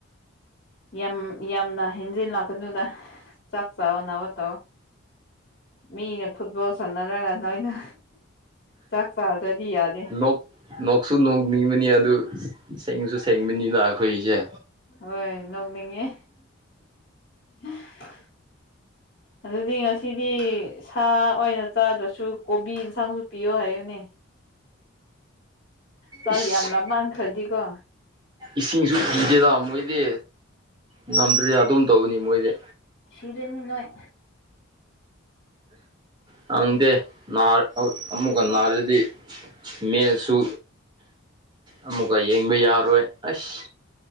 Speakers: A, on the left; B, on the right.
A: ꯌꯥꯝ ꯌꯥꯝꯅ ꯍꯦꯟꯖꯤꯜꯂꯥꯛꯀꯗꯨꯗ ꯆꯥꯛ ꯆꯥꯕ ꯅꯥꯕ ꯇꯧ ꯑꯣ ꯫ ꯃꯤꯅ ꯐꯨꯠꯕꯣꯜ ꯁꯥꯟꯅꯔꯒ ꯅꯣꯏꯅ ꯆꯥꯛ ꯆꯥꯗ꯭ꯔꯗꯤ ꯌꯥꯗꯦ
B: ꯅꯣꯛ ꯅꯣꯛꯁꯨ ꯅꯣꯛꯅꯤꯡꯕꯅꯤ ꯑꯗꯨ ꯁꯦꯡꯁꯨ ꯁꯦꯡꯕꯅꯤꯗ ꯑꯩꯈꯣꯏꯁꯦ꯫
A: ꯍꯣꯏ ꯅꯣꯡꯅꯤꯡꯉꯦ ꯫ ꯑꯗꯨꯗꯤ ꯉꯁꯤꯗꯤ ꯁꯥ ꯑꯣꯏꯅ ꯆꯥꯗ꯭ꯔꯁꯨ ꯀꯣꯕꯤ ꯏꯟꯁꯥꯡꯁꯨ ꯄꯤꯌꯣ ꯍꯥꯏꯌꯨꯅꯦ꯫ ꯆꯥꯛ
B: ꯏꯁ
A: ꯌꯥꯝ ꯂꯥꯝꯃꯟ ꯈ꯭ꯔꯗꯤꯀꯣ
B: ꯏꯁꯤꯡꯁꯨ ꯄꯤꯗꯦꯗ ꯃꯣꯏꯗꯤ ꯉꯝꯗ꯭ꯔꯦꯗ ꯑꯗꯨꯝ ꯇꯧꯅꯤ ꯃꯣꯏꯗꯤ꯫
A: ꯁꯤꯔꯅꯤ ꯅꯣꯏ꯫
B: ꯈꯪꯗꯦ ꯅꯥꯔ ꯑꯃꯨꯛꯀ ꯅꯥꯔꯗꯤ ꯃꯦꯁꯨ ꯑꯃꯨꯛꯀ ꯌꯦꯡꯕ ꯌꯥꯔꯣꯏ ꯑꯁ!